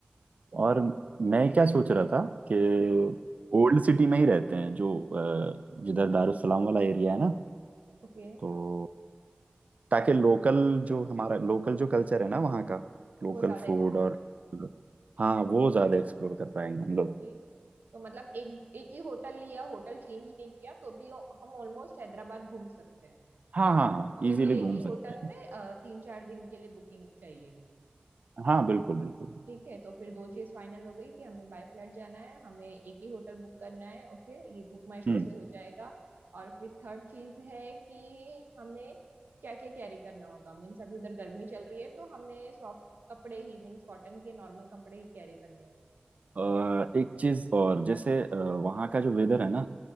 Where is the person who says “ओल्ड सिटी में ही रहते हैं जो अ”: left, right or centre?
Right